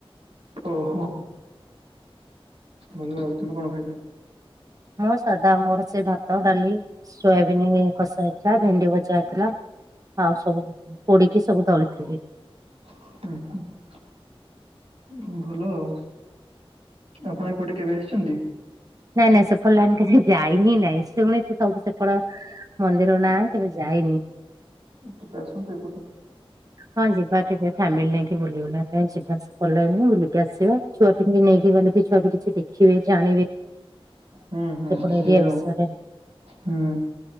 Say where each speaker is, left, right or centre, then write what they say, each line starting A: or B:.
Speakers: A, on the right; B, on the right.
A: ଓହୋ। ଭଲ ଆଉ। ତୁମେ କଣ ଖାଇଲ?
B: ମୁଁ ସାଧା ମୋର ସେ ଭାତ ଡାଲି ସୋୟାବିିନ କଷା ହେଇଥିଲା ଭେଣ୍ଡି ଭଜା ହେଇଥିଲା। ଆଉ ସବୁ ପୋଡିକି ସବୁ ଦଳିଥିଲି।
A: ଉଁ ହୁଁ। ହୁଁ ଭଲ ଆଉ ଆପଣ ଏପଟେ କେବେ ଆସିଚନ୍ତି।
B: ନାଇଁ ନାଇଁ ସେପଟ ଲାଇନ <unintelligible> ଯାଇ ହିଁ ନାଇଁ ଶୁଣିଚି ସବୁ ତମ ସେପଟ ମନ୍ଦିର ନାଁ କେବେ ଯାଇନି।
A: କେବେ ଆସନ୍ତୁ ଏପଟେ?
B: ହଁ ଯିବା କେବେ ଫ୍ୟାମିଲି ନେଇକି ବୁଲି ବୁଲା ପାଇଁ ଯିବା ସେପଟ ଲାଇନ୍ କୁ ବୁଲିକି ଆସିବା। ଛୁଆ ଙ୍କୁ ନେଇକି ଗଲେ ବି ଛୁଆ ବି କିଛି ଦେଖିବେ ଜାଣିବେ।
A: ହୁଁ ହୁଁ
B: ସେପଟ
A: ସେଇଆ
B: ଏରିଆ
A: ଆଉ।
B: ବିଷୟରେ
A: ହୁଁ